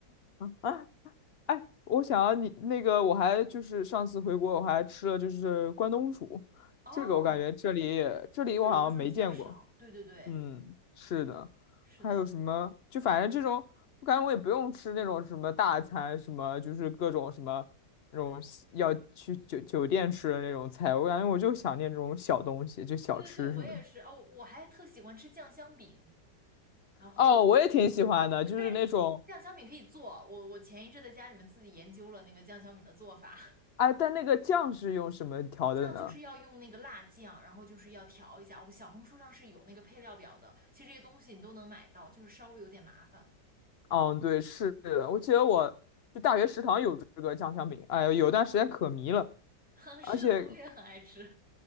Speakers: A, on the left; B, in the centre.
A: 啊，哎，我想要你那个，我还就是上次回国，我还吃了就是关东煮，
B: <laughs> 哦，
A: 这个我感觉这里也这里我好像没见过。
B: 这个好像比较少。对对对，
A: 嗯，是的，
B: 是的，
A: 还有什么？就反正这种，我感觉我也不用吃那种什么大餐，什么就是各种什么那种西要去酒酒店吃的那种菜，我感觉我就想念这种小东西，就小吃什么的
B: 对对对，我也是。哦，我还特喜欢吃酱香饼，然后
A: 哦，我也挺喜欢的，
B: 对，
A: 就是那种，
B: 但是酱香饼可以做。我我前一阵在家里面自己研究了那个酱香饼的做法，
A: 哎，但那个酱是用什么调的呢？
B: <laughs> 酱就是要用那个辣酱，然后就是要调一下。我小红书上是有那个配料表的，其实这些东西你都能买到，就是稍微有点麻烦。
A: 嗯，对，是的，我记得我就大学食堂有这个酱香饼，哎呦，有段时间可迷了，
B: <laughs>
A: 而且
B: 是的，我也很爱吃。